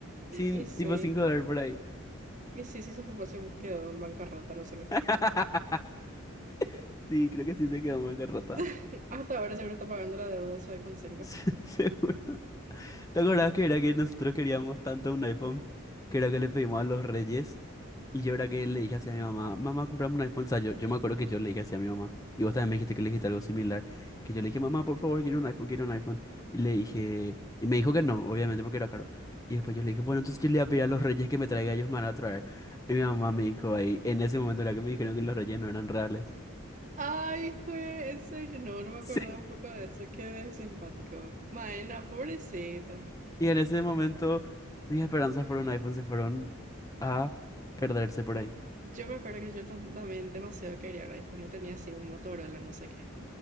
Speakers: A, on the left; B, on the right.
A: Sin,
B: Y sí,
A: tipo 5 dólares por ahí.
B: y sí, sí, su papá se quedó en bancarrota, no sé qué.
A: <laughs> Sí, creo que sí se quedó en bancarrota.
B: <laughs> Hasta ahora seguro está pagando la deuda de su iPhone 5.
A: <laughs> Seguro. ¿Te acordás que era que nosotros queríamos tanto un iPhone? Que era que le pedimos a los reyes. Y yo era que le dije así a mi mamá, mamá, comprame un iPhone. O sea, yo, yo me acuerdo que yo le dije así a mi mamá, y vos también me dijiste que le dijiste algo similar, que yo le dije, mamá, por favor, quiero un iPhone, quiero un iPhone. Y le dije, y me dijo que no, obviamente porque era caro. Y después yo le dije, bueno, entonces yo le voy a pedir a los reyes que me traiga, ellos me van a traer. Y mi mamá me dijo ahí, en ese momento era que me dijeron que los reyes no eran reales.
B: Ay, fue, en serio, no, no me acordaba
A: Sí.
B: un poco de eso, qué simpático. Maena, pobrecito.
A: Y en ese momento mis esperanzas por un iPhone se fueron a perderse por ahí.
B: Yo me acuerdo que yo tam- también demasiado quería un iPhone y tenía así un Motorola, no sé qué.